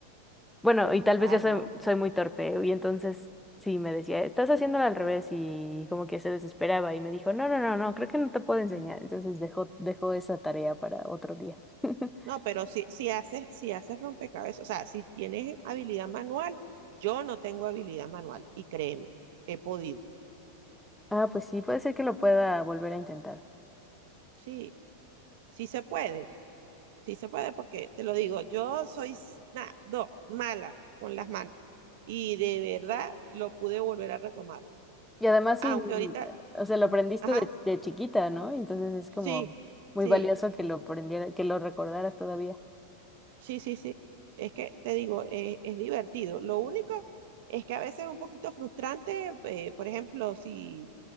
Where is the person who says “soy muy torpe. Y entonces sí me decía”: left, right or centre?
Centre